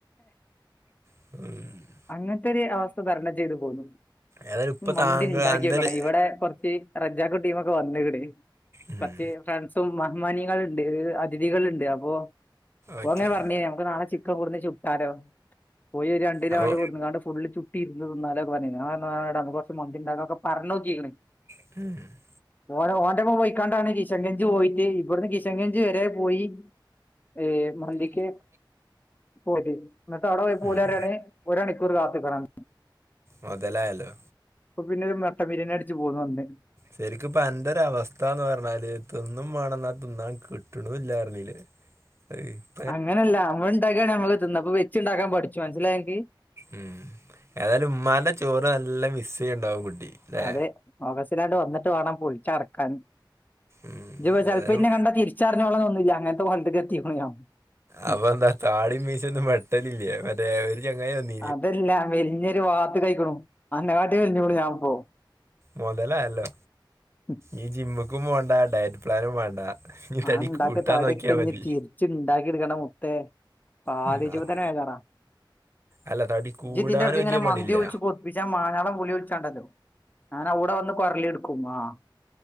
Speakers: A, on the right; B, on the left.
A: ഉം
B: അങ്ങനത്തെരു അവസ്ഥ തരണം ചെയ്തു പോന്നു
A: ഏതായാലും ഇപ്പൊ
B: മന്തി
A: താങ്കൾ
B: ണ്ടാക്കിഓക്കണം
A: അന്റൊരു
B: ഇവിടെ കുറച്ച് റജ്ജാക്കു ടീമൊക്കെ വന്നീക്കുണ്
A: ഉം
B: കൊറച് ഫ്രണ്ട്സും മഹിമാണികളുണ്ട് അതിഥികളുണ്ട് അപ്പോ
A: ഓക്കെ
B: ഓൻ ഇങ്ങനെ പറഞ്ഞ് ഞമ്മക്ക് നാളെ ചിക്കൻ ഇവ്ടുന്ന് ചുട്ടാലോ? കോയി രണ്ടിലാണ്ട്
A: അപ്പൊ
B: കൊട്ന്നുങ്ങാണ്ട് ഫുള്ള് ചു ട്ടിര്ന്ന് തിന്നാലൊക്കേ പറഞ്ഞിന് നമ്മക്ക് കൊറച് മന്തിണ്ടാക്ക ഒക്കെ പറഞ്ഞോക്കിക്ക്ണ്
A: <inaudible>
B: ഓള് ഓന്റെപ്പം പോയിക്കാണ്ടാണ് കിഷൻഗഞ്ച് പോയിട്ട് ഇവിടുന്ന് കിഷൻഗഞ്ചി വരെ പോയി ഏയ് മന്തിക്ക് പോയതേനി ഇന്നട്ട് അവിടെ പോയപ്പോല്
A: ഉം
B: ഓല് പറായാണ് ഒരണിക്കൂർ കാത്ത്ക്കണം
A: മുതലായല്ലോ
B: അപ്പൊ പിന്നെ ഒരു മട്ടൻ ബിര്യേണി അടിച്ചു പോന്നു അന്ന്
A: ശരിക്ക്‌ ഇപ്പ അന്റൊരവസ്ഥ എന്ന് പറഞ്ഞാല് തിന്നും വേണംന്നാ തിന്നാൻ കിട്ട്ണൂല്ലാ ർഞ്ഞീലേ <unintelligible>
B: അങ്ങനെല്ല നമ്മളണ്ടാക്കാണെങ്കി നമ്മക്ക് തിന്ന. ഇപ്പ വെച്ചുണ്ടാക്കാൻ പഠിച്ചു മനസ്സിലായൊഅൻക്ക്
A: ഉം ഏതായാലും ഇമ്മാന്റെ ചോറ് നല്ല മിസ്സെയ്യ്ണ്ടാവും കുട്ടി അല്ലേ
B: അതെ, ഓഗസ്റ്റിലാണ്ട് വന്നിട്ട് വാണം പൊളിച്ചടക്കാൻ
A: ഉം
B: ഇജ് ചെലപ്പോ
A: ഏതായാലും
B: ഇന്നെ കണ്ടാ തിരിച്ചറിഞ്ഞോളണന്നൂല്ല അങ്ങനത്തെ കോലത്ത്ക്ക് എത്തീക്ക്ണു ഞാൻ
A: അപ്പൊ
B: ഉം.
A: എന്താ താടീം മീസിം ഒന്നും വെട്ടലില്ലേ മറ്റേ ഒരു ജങ്ങായിവന്നി
B: അതെല്ലാ മെലിഞ്ഞൊരു വാത്ത്ക്കയിക്ക്ണു അന്നെങ്കാട്ടിലും മെലിഞ്ഞുക്ക്‌ണു ഞാൻപ്പോ
A: മൊതലായല്ലോ
B: ഉം.
A: ഈ ജിമ്മ്ക്കും പോണ്ട ഡയറ്റ് പ്ലാനും വേണ്ട ഈ തടി
B: ആഇണ്ടാക്കിയ
A: കൂട്ടാൻ
B: തടെക്കെഞ്ഞി
A: നോക്കിയാ മതി
B: തീ ച്ച്ണ്ടാക്കി എടുക്കണ്ടാമുത്തേ ആലോയ്ചുമ്പോ
A: ഉം, അത്
B: തന്നെ ബേജാറാ
A: അല്ല തടി കൂടാൻ
B: ജ്ജിതിന്റെ എടക്ക്‌ ഇങ്ങനെ
A: വലിയ
B: മന്തി
A: പണിയില്ല
B: വിളിച്ച് കൊതിപ്പി ജ്ജാ മാനാളം വുളി വിളിച്ചാണ്ടല്ലോ ഞാൻ അവ്ടെ വന്ന് കൊരളി എടുക്കും ആഹ്